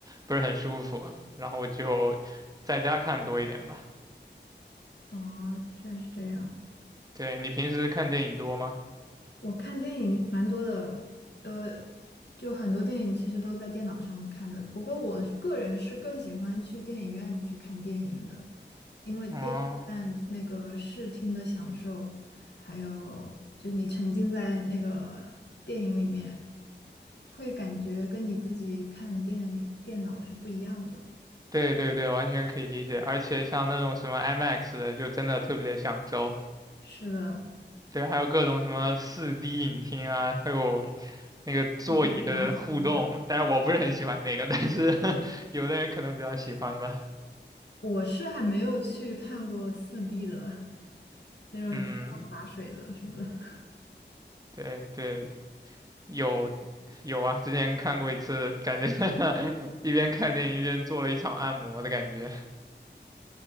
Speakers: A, on the right; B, on the left.
A: 不是很舒服，然后我就在家看多一点吧。
B: 哦，居然是这样。
A: 对，你平时看电影多吗？
B: 我看电影蛮多的，呃，就很多电影其实都在电脑上看的。不过我是个人是更喜欢去电影院去看电影的，因为电影院那个视听的享受，
A: 哦，
B: 还有就你沉浸在那个电影里面，会感觉跟你自己看电电脑是不一样的。
A: 对对对，完全可以理解。而且像那种什么 IMAX 的，就真的特别的享受。
B: 是的，
A: 对，还有各种什么四 d 影厅啊，还有那个座椅的互动。
B: 复比啊什么的，
A: 但是我不是很喜欢那个，但是 <laughs> 有的人可能比较喜欢吧。
B: 我是还没有去看过四 d 的 <laughs> 那种天上洒水的什么的。
A: 嗯，对对，有有啊，之前看过一次，感觉 <laughs> 一边看电影一边做了一场按摩的感觉。